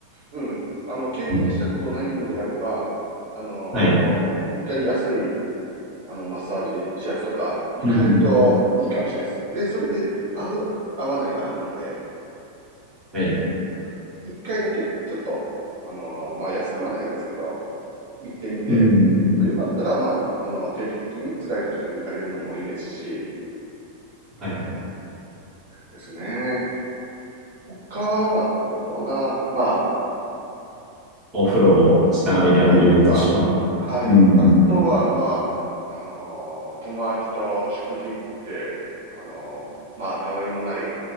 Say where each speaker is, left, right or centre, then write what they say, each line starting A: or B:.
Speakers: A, on the right; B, on the right.
A: うん。あの、経験したことないのであれば、
B: うん
A: あのー一回安い
B: はい。
A: あの、マッサージ、指圧とか、行かれるといいかもしれないです。
B: うん。
A: で、それで、合う、合わないがあるので、
B: はい
A: うん。一回だけ、ちょっと、あのーまあ、安くはないですけど、行ってみて、
B: うん
A: よかったら、まあ、あの、定期的に使えた時に行かれるのもいいですし、
B: はい。
A: うん。ですね。他は、なんだろうな。まあ、
B: お風呂を長めで浴びるとか。
A: あの、お風呂とか、はい。
B: うん
A: あとは、まあ、あの、友達と食事行って、あの、まあ、たわいもない